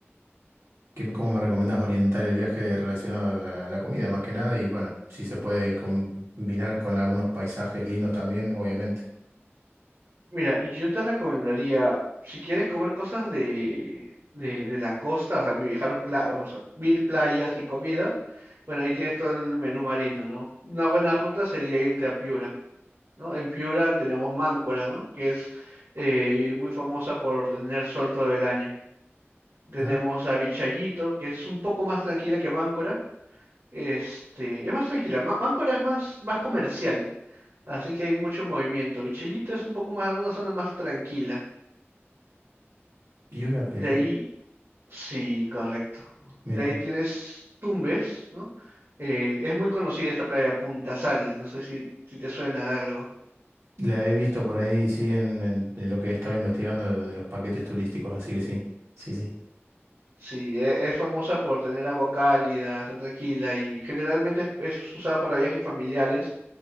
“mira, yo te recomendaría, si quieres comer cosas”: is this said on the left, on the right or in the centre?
Right